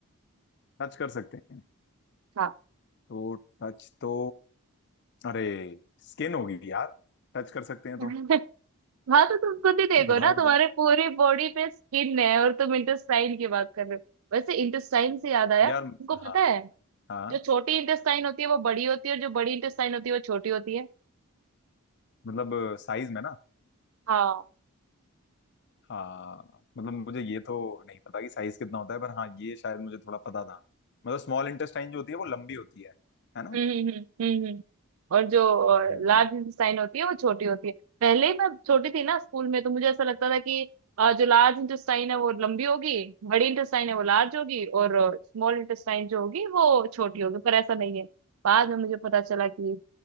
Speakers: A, on the left; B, on the right.
A: टच कर सकते हैं
B: हाँ
A: तो टच तो अरे स्किन होगी यार टच कर सकते हैं
B: <laughs>
A: तो
B: हाँ तो तुम खुद ही देखो
A: बताओ
B: ना तुम्हारे
A: बताओ
B: पूरी बॉडी पे स्किन है और तुम इंटेस्टाइन की बात कर रहे हो वैसे इंटेस्टाइन से याद आया
A: यार
B: तुमको पता
A: हाँ
B: है
A: हाँ
B: जो छोटी इंटेस्टाइन होती है वो बड़ी होती है और जो बड़ी इंटेस्टाइन होती है वो छोटी होती है
A: मतलब साइज में ना
B: हाँ
A: हाँ मतलब मुझे ये तो नहीं पता कि साइज कितना होता है पर हाँ ये शायद मुझे थोड़ा पता था मतलब स्मॉल इंटेस्टाइन जो होती है वो लंबी होती है है ना
B: हम्म हम्म हम्म हम्म हम्म। और जो
A: हम्म
B: लार्ज इंटेस्टाइन होती है वो छोटी होती है पहले ही मैं छोटी थी ना स्कूल में तो मुझे ऐसा लगता था कि अ, जो लार्ज इंटेस्टाइन है वो लंबी होगी बड़ी इंटेस्टाइन है वो लार्ज होगी और स्मॉल इंटेस्टाइन जो होगी वो छोटी होगी पर ऐसा नहीं है बाद में मुझे पता चला कि